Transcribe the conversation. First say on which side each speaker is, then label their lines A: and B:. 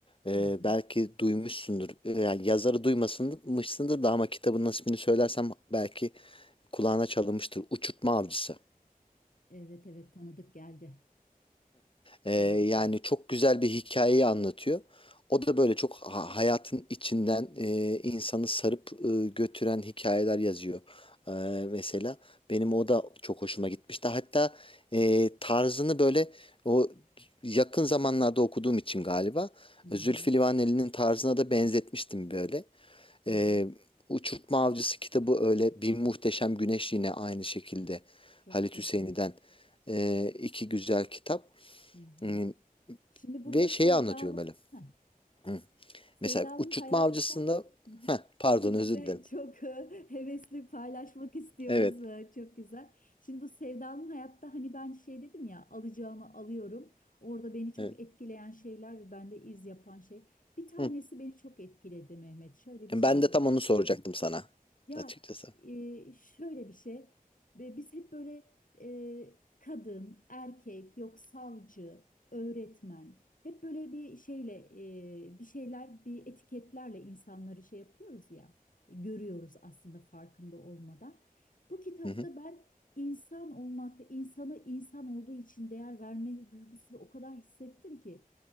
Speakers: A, on the left (about 35°); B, on the left (about 65°).
A: E,
B: Hı hı.
A: belki duymuşsundur. E, yani yazarı duymasınmışsındır da ama kitabın ismini söylersem belki kulağına çalınmıştır. Uçurtma Avcısı.
B: Evet evet tanıdık geldi.
A: Ee,
B: Tanıdık
A: yani
B: geldi.
A: çok güzel bir hikayeyi anlatıyor. O da böyle çok ha- hayatın içinden e, insanı sarıp e, götüren hikayeler yazıyor. Ee, mesela benim o da çok hoşuma gitmişti. Hatta e, tarzını böyle o yakın zamanlarda okuduğum için galiba
B: Hı hı,
A: Zülfü Livaneli'nin tarzına da benzetmiştim böyle.
B: hı
A: Ee,
B: hı.
A: Uçurtma Avcısı kitabı öyle. Bir Muhteşem Güneş yine aynı şekilde
B: Çok
A: Halit
B: güzel.
A: Hüseyni'den e, iki güzel kitap.
B: Hı hı.
A: Hmm,
B: Şimdi burada
A: Ve
B: sevdalım.
A: şeyi anlatıyor böyle.
B: Heh,
A: Hı.
B: sevdalım
A: Mesela uçurtma
B: hayatta.
A: avcısında
B: Hı hı.
A: Heh, pardon
B: İkimiz
A: özür
B: de
A: dilerim.
B: çok e, hevesli paylaşmak istiyoruz.
A: Evet.
B: E, Çok güzel. Şimdi bu sevdalım hayatta hani ben şey dedim ya alacağımı alıyorum. Orada beni çok
A: Evet.
B: etkileyen şeyler ve bende iz yapan şey. Bir tanesi
A: Hı.
B: beni çok etkiledi Mehmet. Şöyle bir
A: Yani
B: şey
A: Ben de
B: var.
A: tam onu soracaktım sana
B: Ya
A: açıkçası.
B: e, şöyle bir şey ve biz hep böyle e, kadın, erkek, yok savcı, öğretmen hep böyle bir şeyle e, bir şeyler bir etiketlerle insanları şey yapıyoruz ya görüyoruz aslında farkında olmadan. Bu kitapta
A: Hı hı.
B: ben insan olmakta insanı insan olduğu için değer verme duygusunu o kadar hissettim ki.